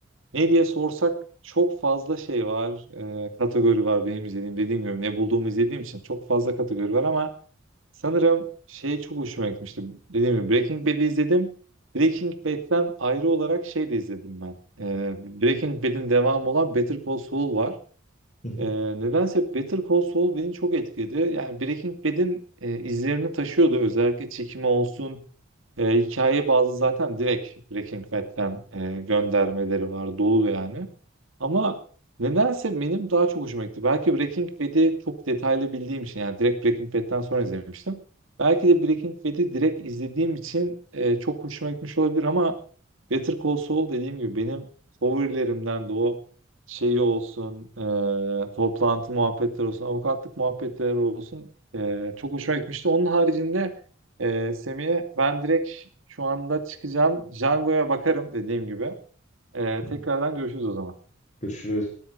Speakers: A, on the right (about 70°); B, on the left (about 35°).
A: Ne diye sorsak çok fazla şey var, e, kategori var benim izlediğim. Dediğim gibi ne bulduğumu izlediğim için çok fazla kategori var ama sanırım şey çok hoşuma gitmişti. Dediğim gibi Breaking Bad'i izledim. Breaking Bad'den ayrı olarak şey de izledim ben. E, Breaking Bad'in devamı olan Better Call Saul var.
B: Hı hı,
A: E, nedense Better Call Saul beni çok etkiledi. Yani Breaking Bad'in e, izlerini taşıyordu. Özellikle çekimi olsun, e, hikaye bazı zaten direkt Breaking Bad'den e, göndermeleri var. Dolu yani. Ama nedense benim daha çok hoşuma gitti. Belki Breaking Bad'i çok detaylı bildiğim için yani direkt Breaking Bad'den sonra izlemiştim. Belki de Breaking Bad'i direkt izlediğim için e, çok hoşuma gitmiş olabilir ama Better Call Saul dediğim gibi benim favorilerimden de o şeyi olsun, e, toplantı muhabbetleri olsun, avukatlık muhabbetleri olsun e, çok hoşuma gitmişti. Onun haricinde e, Semih'e ben direkt şu anda çıkacağım. Django'ya bakarım dediğim gibi. E,
B: hı
A: tekrardan
B: hı.
A: görüşürüz o zaman.
B: Görüşürüz.